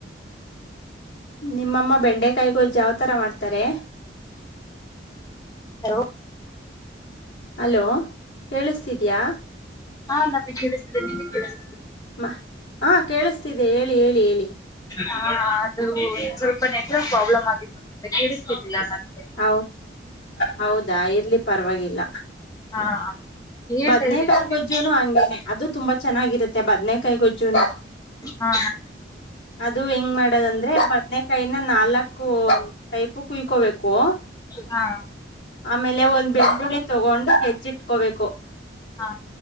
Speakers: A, on the left; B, on the left.
A: ನಿಮ್ಮಮ್ಮ ಬೆಂಡೆ ಕಿ ಗೋ್ಜ ಯಾವ್ತರ ಮಾಡ್ತಾರೆ
B: ಹಲೋ
A: ಅಲೋ ಕೇಳಿಸ್ತಿದ್ಯಾ
B: ಹಾ ನಮ್ಗೆ ಕಿಸ್ತಿದೆನೆ ನಿಮಗೆ ಕೇಳಿಸ್
A: ಮಾ ಹಾ ಕೇಳಿಸ್ತಿದೆ ಹೇಳಿ ಹೇಳಿ ಹೇಳಿ
B: ಹ ಅದು ಇ ಸ್ವಲ್ಪ ನೆಂರ ಪ್ರಾಬ್ಲಮ್ ಆಗಿತ್ತುೊ ಕಡಿಸತಿಲ್ಲ ನಾನ
A: ಹ ಹೌದಾ ಇರ್ಲಿ ಪರವಾಗಿಲ್ಲ
B: ಹಾ ಹೇಳ್ತಾ
A: ಬದ್ನೇಕಾಯ
B: ಇದ್ರಿ ನೀವೇನು
A: ಗೊಜ್ಜುನು ಹಂಗೇನೆ ಅದು ತುಂಬಾ ಚೆನ್ನಾಗಿರುತ್ತೆ ಬದ್ನೆಕಾಯಿ ಗೊಜ್ಜುನೂ
B: ಹಾ
A: ಅದು ಹಿಂಗ್ ಮಾಡದ ಅಂದ್ರೆ ಬದ್ನ ಕಾಯಿ ಇನ್ನ್ ನಾಲಕ್ಕೂ ಟೈಪೂ ಕುಯ್ಕೋಬೇಕು.
B: ಹಾ
A: ಆಮೇಲೆ ಒಂದ್ ಬೆಳ್ಳುಳ್ಳಿ ತೊಗೊಂಡು ಜೆಜ್ಜಿಟ್ಕೋಬೇಕು.
B: ಹಾ ಹಾ